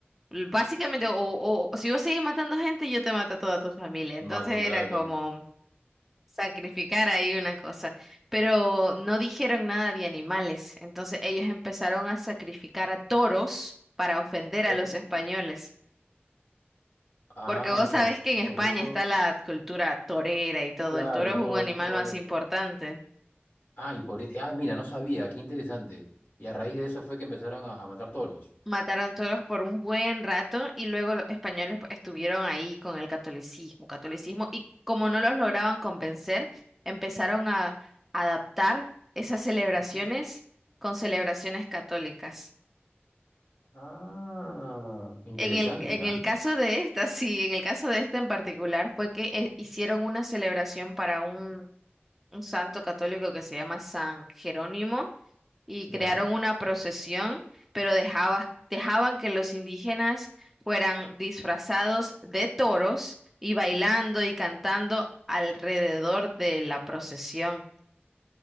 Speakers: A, in the centre; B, on the left.
A: L- Básicamente, o, o o si vos seguís matando gente, yo te mato a toda tu familia. Entonces
B: Me mato,
A: era
B: claro.
A: como... sacrificar ahí una cosa, pero no dijeron nada de animales, entonces ellos empezaron a sacrificar a toros para ofender
B: Oh.
A: a los españoles,
B: Ah,
A: porque vos
B: mira,
A: sabés que
B: y
A: en
B: por
A: España
B: eso,
A: está la cultura torera y todo,
B: claro,
A: el toro es un
B: todo,
A: animal
B: todos
A: más
B: los.
A: importante.
B: Ah, y por, e, ah, mira, no sabía, qué interesante. Y a raíz de eso fue que empezaron a, a matar toros.
A: Mataron toros por un buen rato y luego los españoles pues, estuvieron ahí con el catolicismo, catolicismo, y como no los lograban convencer, empezaron a adaptar esas celebraciones
B: Ujú.
A: con celebraciones católicas.
B: Ah, interesante,
A: En el, en
B: ¿ah?
A: el caso de esta, sí, en el caso de esta en particular, fue que eh, hicieron una celebración para un, un santo católico que se llama San Jerónimo y
B: Ya.
A: crearon una procesión, pero dejaba- dejaban que los indígenas fueran disfrazados de toros y bailando y cantando alrededor de la procesión.